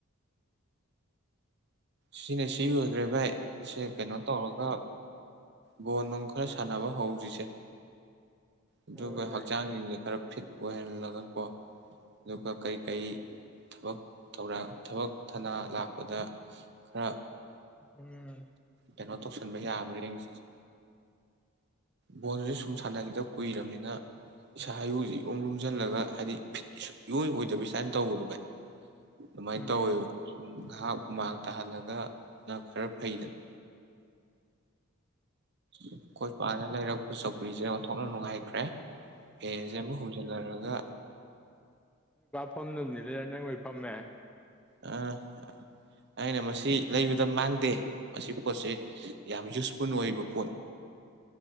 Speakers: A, on the right (about 50°); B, in the centre.
A: ꯁꯤꯅ ꯁꯤ ꯑꯣꯏꯈ꯭ꯔꯦ ꯚꯥꯏ ꯁꯦ ꯀꯩꯅꯣ ꯇꯧꯔꯒ ꯕꯣꯜꯅꯨꯡ ꯈꯔ ꯁꯥꯟꯅꯕ ꯍꯧꯖꯤꯁꯦ ꯑꯗꯨꯒ
B: ꯍꯣꯏ ꯚꯥꯏ
A: ꯍꯛꯆꯥꯡꯁꯤꯡꯁꯦ ꯈꯔ ꯐꯤꯠ ꯑꯣꯏꯍꯜꯂꯒꯀꯣ ꯑꯗꯨꯒ ꯀꯩꯀꯩ ꯊꯕꯛ ꯊꯧ ꯊꯕꯛ ꯊꯅꯥ ꯂꯥꯛꯄꯗ ꯈꯔ
B: ꯎꯝ
A: ꯀꯩꯅꯣ ꯇꯧꯁꯤꯟꯕ ꯌꯥꯕ꯭ꯔꯥ ꯌꯦꯡꯁꯤꯁꯦ ꯕꯣꯜꯁꯦ ꯁꯨꯝ ꯁꯥꯟꯅꯈꯤꯗ ꯀꯨꯏꯔꯕꯅꯤꯅ ꯏꯁꯥ ꯏꯌꯨꯁꯦ ꯏꯔꯨꯝ ꯂꯨꯝꯁꯤꯜꯂꯒ ꯍꯥꯏꯗꯤ ꯐꯤꯠ ꯏꯑꯣꯏ ꯑꯣꯏꯗꯕꯤ ꯏꯁꯇꯥꯜ ꯇꯧꯕꯗꯣ ꯚꯥꯏ꯫ ꯑꯗꯨꯃꯥꯏꯅ
B: ꯎꯝ
A: ꯇꯧꯋꯦꯕ ꯁꯨꯝ ꯉꯥꯏꯍꯛ ꯍꯨꯃꯥꯡ ꯇꯥꯍꯜꯂꯒ ꯅ ꯈꯔ ꯐꯩꯗꯅ ꯑꯩꯈꯣꯏ ꯄꯥꯅ ꯂꯩꯔꯛꯄ ꯆꯧꯀ꯭ꯔꯤꯁꯦ ꯑꯣꯟꯊꯣꯛꯅ ꯅꯨꯡꯉꯥꯏꯈ꯭ꯔꯦ ꯐꯦꯟꯁꯦ ꯑꯃ ꯍꯨꯝꯖꯤꯜꯂꯔꯒ꯫
B: <unintelligible> ꯂꯣꯏ ꯐꯝꯃꯦ
A: ꯑꯥ ꯑꯩꯅ ꯃꯁꯤ ꯂꯩꯕꯗ ꯃꯥꯡꯗꯦ ꯃꯁꯤ ꯄꯣꯠꯁꯦ ꯌꯥꯝ ꯌꯨꯁꯐꯨꯜ ꯑꯣꯏꯕ ꯄꯣꯠ